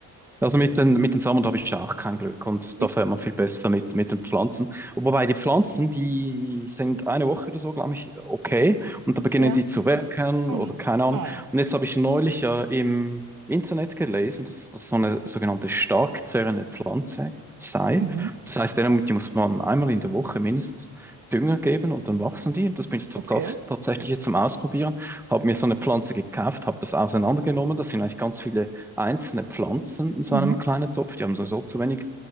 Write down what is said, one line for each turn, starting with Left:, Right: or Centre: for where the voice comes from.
Centre: Also mit den, mit den Samen habe ich auch kein Glück und
Right: <laughs>
Centre: da fährt man viel besser mit, mit den Pflanzen. Wobei die Pflanzen, die sind eine Woche oder so, glaube ich, okay. Und da beginnen
Right: ja,
Centre: die zu welken
Right: hm.
Centre: oder keine Ahnung.
Right: oh,
Centre: Und jetzt habe ich neulich ja im Internet gelesen, dass das so eine sogenannte stark zerrende Pflanze sei.
Right: mhm.
Centre: Das heißt, denen- die muss man einmal in der Woche mindestens Dünger geben und dann wachsen die. Das bin ich tats
Right: Okay,
Centre: tatsächlich jetzt zum Ausprobieren. Habe mir so eine Pflanze gekauft, habe das auseinandergenommen. Das sind eigentlich ganz viele einzelne Pflanzen in so
Right: mhm.
Centre: einem kleinen Topf. Die haben sowieso zu wenig